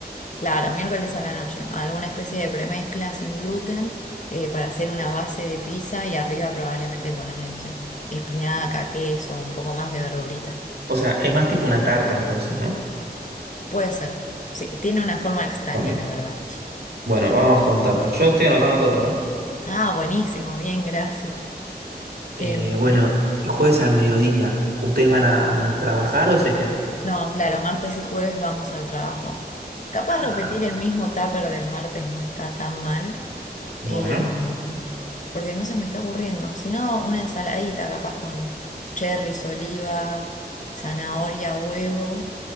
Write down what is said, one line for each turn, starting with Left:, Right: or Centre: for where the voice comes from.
Left: Claro, miércoles a la noche. Alguna especie de premezcla sin gluten eh, para hacer una base de pizza y arriba probablemente ponerle, no sé, espinaca, queso, un poco más de verduritas.
Right: O sea, es más tipo una tarta entonces, ¿no?
Left: Puede ser. Sí, tiene una forma extraña,
Right: Bueno,
Left: la verdad.
Right: bueno, vamos con tarta. Yo estoy anotando todo, ¿eh?
Left: Ah, buenísimo, bien, gracias.
Right: Eh,
Left: Em,
Right: bueno, el jueves al mediodía, ¿ustedes van a trabajar o se quedan?
Left: no, claro, martes y jueves vamos al trabajo. Capaz
Right: Ah,
Left: repetir el mismo tupper del martes no está tan mal.
Right: bueno,
Left: eh, porque no se me está ocurriendo, sino una ensaladita capaz con cherries, oliva, zanahoria, huevo,